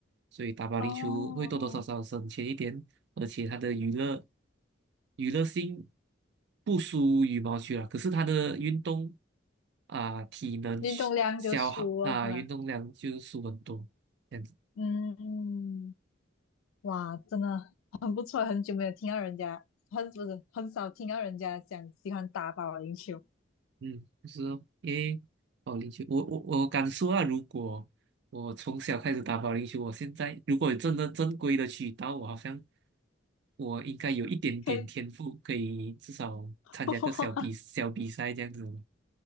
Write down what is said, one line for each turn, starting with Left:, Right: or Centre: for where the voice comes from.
Right: 所以打保龄球会多多少少省钱一点，
Left: 哦，
Right: 而且它的娱乐娱乐性不输羽毛球啦。可是它的运动啊、体能消消耗啊、
Left: 运动量就输了是吗？
Right: 运动量就输很多这样子。
Left: 嗯，哇，真的很不错，很久没有听到人家，很不是很少听到人家讲喜欢打保龄球，
Right: 嗯，就是哦，因为保龄球，我我我敢说啊，如果我从小开始打保龄球，我现在如果有真的正规的渠道，我好像我应该有一点点天赋，
Left: 可以，
Right: 可以至少参加个小比小比赛这样子。
Left: <laughs> 哇，